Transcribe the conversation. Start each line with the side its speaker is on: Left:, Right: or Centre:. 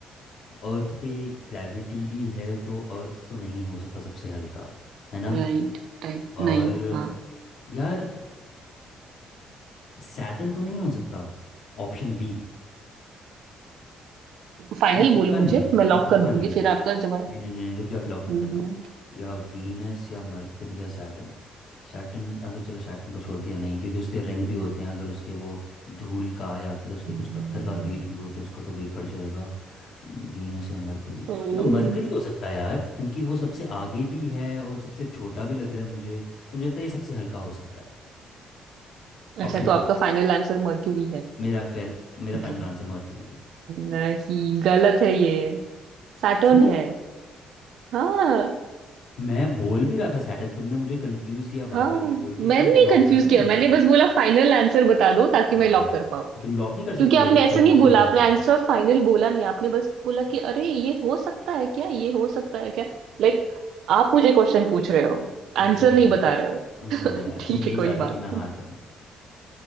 Left: अर्थ पे ग्रेविटी भी है तो अर्थ तो नहीं हो सकता सबसे हल्का है ना
Right: राइट राइट
Left: और
Right: नहीं हाँ
Left: यार सैटर्न तो नहीं हो सकता ऑप्शन बी
Right: फाइनल
Left: मैं पक्का
Right: बोलो मुझे
Left: नहीं हूँ
Right: मैं लॉक
Left: मैं पक्का
Right: कर दूंगी
Left: नहीं हूँ
Right: फिर आपका जवाब
Left: नहीं नहीं नहीं रुक जा भी लॉक मत
Right: हम्म
Left: करना या वीनस या मरकरी या सैटर्न सैटर्न अगर चलो सैटर्न को छोड़ दिया नहीं क्योंकि उसके रिंग भी होते हैं अगर उसके वो धूल का या फिर उसके
Right: हम्म।
Left: कुछ पत्थर का वेट भी हो तो उसका तो वेट बढ़ जाएगा वीनस या मरकरी
Right: ओह,
Left: या मरकरी हो सकता है यार क्योंकि वो सबसे आगे भी है और सबसे छोटा भी लग रहा है मुझे तो मुझे लगता है ये सबसे हल्का हो सकता है
Right: अच्छा
Left: ऑप्शन
Right: तो
Left: डी
Right: आपका फाइनल आंसर मर्क्यूरी है
Left: मेरा फेल मेरा
Right: ओके
Left: फाइनल आंसर मरकरी है
Right: नहीं गलत है ये सैटर्न
Left: क्यों
Right: है हाँ
Left: मैं बोल भी रहा था सैटर्न तुमने मुझे कंफ्यूज किया बार
Right: हाँ
Left: बार ये बोल
Right: मैंने
Left: के कि
Right: नहीं
Left: मैं लॉक
Right: कंफ्यूज
Left: कर दूं या
Right: किया
Left: नहीं
Right: मैंने
Left: कर दूं
Right: बस बोला फाइनल आंसर बता दो ताकि
Left: हाँ
Right: मैं लॉक कर पाऊँ
Left: तो तुम लॉक नहीं कर सकती
Right: क्योंकि आपने
Left: थी अगर
Right: ऐसा
Left: सही
Right: नहीं बोला
Left: सही आंसर
Right: आपने
Left: देख
Right: आंसर
Left: के
Right: फाइनल बोला नहीं आपने बस बोला कि अरे ये हो सकता है क्या ये हो सकता है क्या लाइक आप मुझे क्वेश्चन पूछ रहे हो
Left: तुम
Right: आंसर
Left: छोड़ो
Right: नहीं
Left: यार
Right: बता रहे हो
Left: तुम छोड़ो
Right: तो
Left: यार
Right: ठीक
Left: तुम यही
Right: है कोई
Left: चाहते
Right: बात
Left: हो कि मैं हार जाऊं